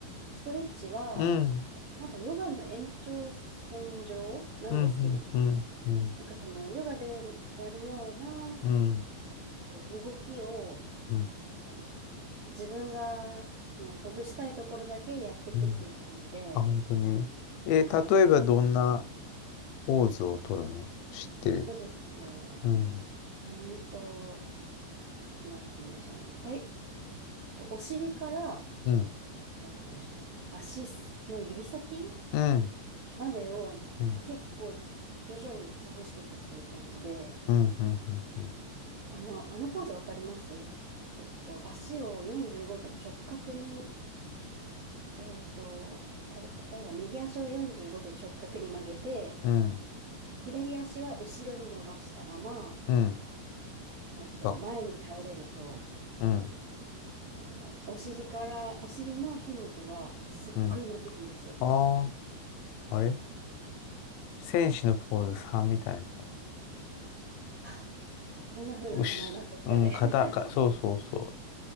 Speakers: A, on the right; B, on the left.
A: ストレッチは、
B: うん。
A: なんかヨガの延長線上なんですけどね、
B: うん、うん、うん、
A: なんかそのヨガでやるような、
B: うん、
A: えっと、動きを、
B: うん、
A: あの、自分がそのほぐしたいところだけやっていくっていう感じで、
B: うん。あ、本当に。えー例えばどんな
A: はい。
B: ポーズを取るの知ってれば。
A: そうですね。
B: うん、
A: うーんと、なんて言うんでしょうね。だえっと、お尻から、
B: うん、
A: なんて言うんでしょうね、足の指先
B: うん、
A: までをこう結構
B: うん、
A: 徐々にほぐしていくっていう感じで、
B: うん、うん、うん、
A: あの、あのポーズわかりますえっと、足を45度直角に、えっと、た、例えば右足を45度直角に曲げて、
B: うん、
A: 左足は後ろに伸ばしたまま、
B: うん、
A: えっと、
B: あ、
A: 前に倒れると、
B: うん、
A: あの、お尻から、お尻の筋肉がすっごい伸びるんですよ。
B: うん。ああ、あれ戦士のポーズさんみたいですか
A: あ、そんな風な名前なんですかね。
B: うし、うん、肩、か、そうそうそ
A: <laughs>